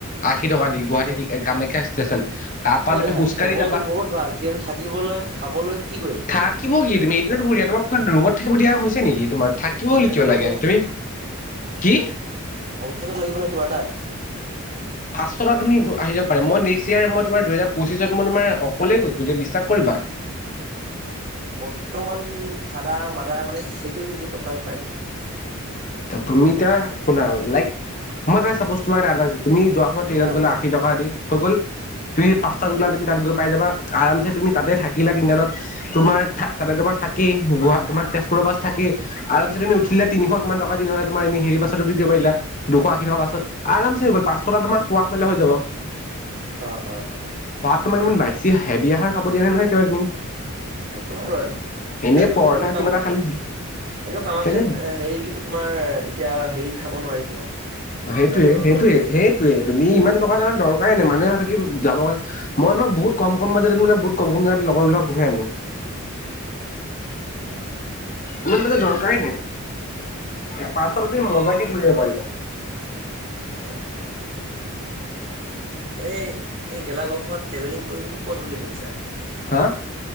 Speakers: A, on the left; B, on the right.
A: আশী টকা দি
B: তাকে
A: গুৱাহাটী কামাখ্যা <unintelligible> ষ্টেচন। তাৰ পৰা
B: অ
A: তুমি
B: দেহাত
A: খোজকাঢ়ি
B: কবলতো
A: যাবা
B: বহুত ভাল কিন্তু থাকিবলৈ খাবলৈ কি কৰিম <unintelligible>
A: থাকিব কি তুমি এইদিন ঘ দা তম ৰুত থাকিব দিয়া হৈছে নেগি তোমাৰ <unintelligible> থাকিব বুলি
B: তাকেতো
A: কিয় লাগে
B: হোম
A: তুমি কি?
B: কমষ্টেটত লাগিব নে কিবা এটা।
A: পাঁচ কা তুমি আহিব প মই নে্সট ইয়াৰ মই তাৰ দুহোৰ পঁচিছত মই তোমাৰ অকলে গৈ যে বিশ্বাস। বাহ্।
B: বৰ্তমান ফাদাৰ মাদাৰ মানে সেইটো দ প তান
A: ত তুমি তেওঁ কুনা লাইক মই ত সাপ'জ তোমাক ৰান্ধা তুমি যোৱা সময় ট্ৰেইনত
B: অ
A: গ'লে আশী টকা দি হৈ গ'ল তুমি পাঁচটাত
B: অ
A: গলা তুমি তাত গৈ পাই যাবা আৰামছে তুমি তাতে থাকিলা তিনি দানত তোমাৰ তাতে তোমাৰ থাকি গ তোমাৰ তেজপুৰৰ বাছ থাকি। তুমি উঠিলে তিনিশ কিমান টকা দি নহলে তোৰ এনে হেৰি বাছতো দি দিব পাৰিলা দুশ ৰাকি থকা পাছত আম চে হৈ গল পাছত তোমাৰ খুৱাহ মেলা হৈ যাব।
B: অঁ অঁ অঁ।
A: তোক ইমান বাইছ হেভি আহাৰ খাব দিয়া নহয়েইবাৰ তু।
B: সেইতটো হয় বাৰু
A: এনেই পৰঠা
B: এনে কাম।
A: কিবা এটা খালি
B: এনে কামাখ্যাত
A: কেনেকে
B: হেৰি কি তোমাৰ এতিয়া হেৰি খাব নোৱাৰি তোমাৰ
A: সেইটোৱেই,
B: মাছ মাংস
A: সেইটোৱেই,
B: খাব নোৱাৰি
A: সেইটোৱেই তুমি ইমান টকা এ দৰকাৰ--' ইনে মানুহে ভাবে কি যাবণে মই ম বহুত কম কম বাজাৰ মান বহুত কম কম বজ লগৰ লগত ঘূৰাই আনো।
B: উম।
A: ইমান বলে দৰকাৰাই নাই এ পালপ মজাকে ঘূৰিব পাৰিবা।
B: অঁ অঁ অঁ। এনে এই গেলা গৰমখনত ট্ৰেভেলিং কৰিম কত বুলি ভাবিছা?
A: হা